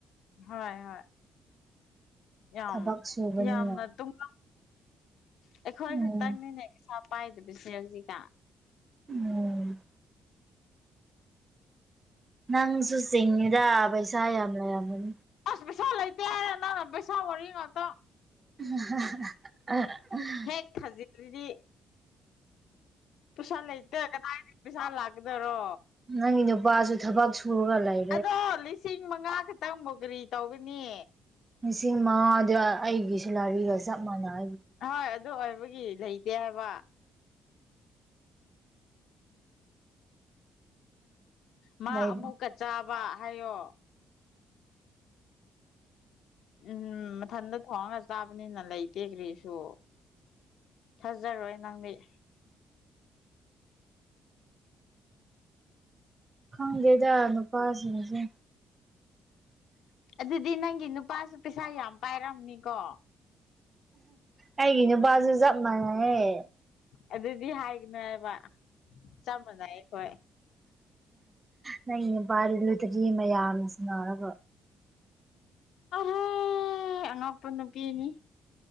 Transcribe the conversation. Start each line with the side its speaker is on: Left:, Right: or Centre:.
Left: ꯍꯣꯏ ꯍꯣꯏ ꯌꯥꯝ
Right: ꯊꯕꯛ ꯁꯨꯕꯅꯤꯅ
Left: ꯌꯥꯝꯅ ꯇꯨꯡ ꯑꯩꯈꯣꯏ
Right: ꯎꯝ
Left: ꯈꯛꯇꯪꯅꯤꯅꯦ ꯄꯩꯁꯥ ꯄꯥꯏꯗꯕꯁꯦ ꯍꯧꯖꯤꯛꯇ
Right: ꯎꯝ ꯅꯪꯁꯨ ꯆꯤꯡꯉꯤꯗ ꯄꯩꯁꯥ ꯌꯥꯝ ꯂꯩꯔꯝꯒꯅꯤ
Left: ꯑꯁ ꯄꯩꯁꯥ ꯂꯩꯇꯦ ꯍꯥꯏꯔ ꯅꯪꯅ ꯄꯩꯁꯥ ꯋꯥꯔꯤ ꯉꯥꯛꯇ
Right: <unintelligible>
Left: ꯦꯛ ꯊꯖꯤꯗꯤ ꯄꯩꯁꯥ ꯂꯩꯇꯦ ꯀꯗꯥꯏꯗꯒꯤ ꯄꯩꯁꯥ ꯂꯥꯛꯀꯗꯣꯏꯔꯣ
Right: ꯅꯪꯒꯤ ꯅꯨꯄꯥꯁꯨ ꯊꯕꯛ ꯁꯨꯔꯒ ꯂꯩ
Left: ꯑꯗꯣ ꯂꯤꯁꯤꯡ ꯃꯉꯥ ꯈꯛꯇꯪ ꯃꯣꯒꯔꯤ ꯇꯧꯒꯅꯤ
Right: ꯂꯤꯁꯤꯡ ꯃꯉꯥꯗꯨ ꯑꯩꯒꯤ ꯁꯦꯂꯥꯔꯤꯒ ꯆꯞ ꯃꯥꯟꯅꯩ ꯍꯥꯏꯕ
Left: ꯍꯣꯏ ꯑꯗꯨ ꯑꯣꯏꯕꯒꯤ ꯂꯩꯇꯦ ꯍꯥꯏꯕ ꯃꯥ
Right: ꯂꯩꯕ
Left: ꯑꯃꯨꯛꯀ ꯆꯥꯕ ꯍꯥꯏꯌꯣ ꯎꯝ ꯃꯊꯟꯇ ꯊꯣꯡꯉꯒ ꯆꯥꯕꯅꯤꯅ ꯂꯩꯇꯦ ꯀ꯭ꯔꯔꯤꯁꯨ ꯊꯥꯖꯔꯣꯏ ꯅꯪ ꯃꯤꯠ
Right: ꯈꯥꯡꯒꯦ ꯌꯥꯖꯔꯅ ꯄꯥꯁꯅꯁꯦ
Left: ꯑꯗꯨꯗꯤ ꯅꯪꯒꯤ ꯅꯨꯄꯥꯁꯨ ꯄꯩꯁꯥ ꯌꯥꯝ ꯄꯥꯏꯔꯝꯅꯤꯀꯣ
Right: ꯑꯩꯒꯤ ꯅꯨꯄꯥꯕꯥꯁꯨꯦ ꯆꯞ ꯃꯥꯟꯅꯩꯍꯦ
Left: ꯑꯗꯨꯗꯤ ꯍꯥꯏꯒꯅ ꯍꯥꯏꯕ ꯆꯞ ꯃꯥꯟꯅꯩ ꯑꯩꯈꯣꯏ
Right: ꯅꯪ ꯄꯥꯔꯤꯂꯨꯗꯔꯤ ꯃꯌꯥꯝꯅꯁꯨ ꯔꯕ
Left: ꯑꯍꯣꯏ ꯑꯉꯛꯄ ꯅꯨꯄꯤꯅꯤ